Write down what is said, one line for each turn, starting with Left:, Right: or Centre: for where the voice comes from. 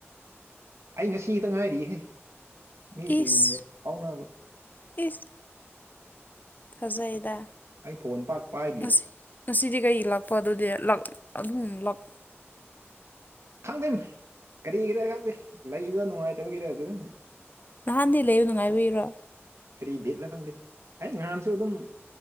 Right: ꯑꯩ ꯉꯁꯤ ꯉꯥꯇ ꯉꯥꯏꯔꯤꯍꯦ ꯃꯤꯁꯤꯡꯗ
Left: ꯏꯁ
Right: ꯐꯥꯎꯅꯕ
Left: ꯏꯁ ꯐꯖꯩꯗ
Right: ꯑꯩ ꯐꯣꯟ ꯄꯥꯛ ꯄꯥꯥꯏꯗꯦ
Left: ꯉꯁꯤ ꯉꯁꯤꯗꯤ ꯀꯩꯒꯤ ꯂꯥꯛꯄ ꯑꯗꯨꯗꯤ ꯂꯥꯛ ꯑꯗꯨꯝ ꯂꯥꯛ
Right: ꯈꯪꯗꯦ ꯀꯔꯤꯒꯤꯔ ꯈꯪꯗꯦ ꯂꯩꯕ ꯅꯨꯡꯉꯥꯏꯇꯕꯒꯤꯔ ꯑꯗꯨ ꯗꯨꯝ
Left: ꯅꯍꯥꯟꯗꯤ ꯂꯩꯕ ꯅꯨꯡꯉꯥꯏꯕꯒꯤꯔꯣ
Right: ꯀꯔꯤ ꯕꯤꯠꯂ ꯈꯪꯗꯦ ꯑꯩ ꯉꯍꯥꯟꯁꯨ ꯑꯗꯨꯝ